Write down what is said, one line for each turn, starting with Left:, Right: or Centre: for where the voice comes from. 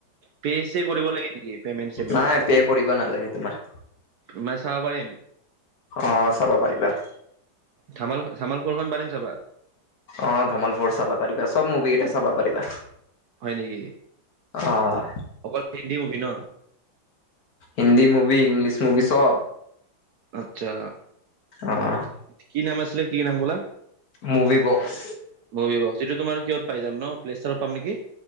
Right: পিএ চি কৰিব লাগে নেকি? পেমেন্ট চেমেন্ট
Left: নাই পিএ কৰিব নালাগে তোমাৰ।
Right: মই চাব পাৰিম।
Left: অ' চাব পাৰিবা।
Right: ধামালখন- ধামাল ফৰখন পাৰিম চাবা
Left: অ' ধমাল পৰচা <unintelligible> চাবা পাৰিবা ব মুভি কেটা চাবা পাৰিবা।
Right: হয় নেকি,
Left: অ'
Right: অকল হিন্দী মুভি ন?
Left: হিন্দী মুভি, ইংলিছ মুভি চব।
Right: আচ্ছা,
Left: অ'
Right: কি নাম আছিলে, কি নাম ক'লা?
Left: Movie box.
Right: <unintelligible> তোমাৰ কিহত পাই যাম নো <unintelligible> পাম নেকি?